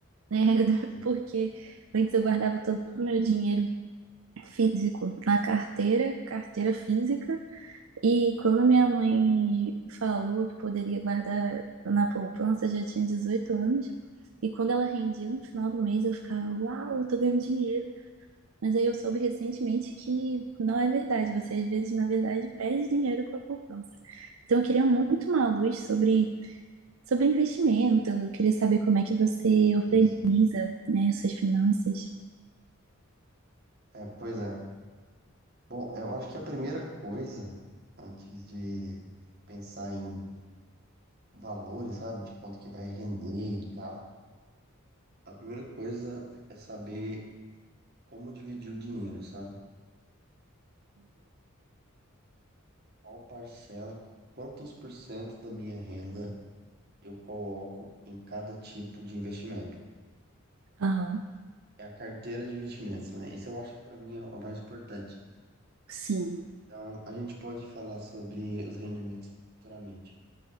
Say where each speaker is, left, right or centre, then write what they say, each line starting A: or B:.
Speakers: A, on the right; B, on the right.
A: É, <laughs>
B: sim,
A: porque antes eu guardava todo o meu dinheiro físico na carteira, carteira física. E quando minha mãe falou que poderia guardar na poupança, eu já tinha 18 anos. E quando ela rendia no final do mês, eu ficava, uau, eu tô ganhando dinheiro. Mas aí eu soube recentemente que não é verdade. Você às vezes, na verdade, perde dinheiro com a poupança. Então eu queria muito uma luz sobre, sobre investimento. Eu queria saber como é que você organiza,
B: sim, sim.
A: né, suas finanças.
B: É, pois é. Bom, eu acho que a primeira coisa, antes de pensar em valores, sabe, de quanto que vai render e tal, a primeira coisa é saber como dividir o dinheiro, sabe? Qual parcela, quantos por cento da minha renda eu coloco em cada tipo de investimento.
A: Aham,
B: É a carteira de investimentos, né? Isso eu acho que para mim é o mais importante.
A: sim,
B: Então, a gente pode falar sobre os rendimentos futuramente.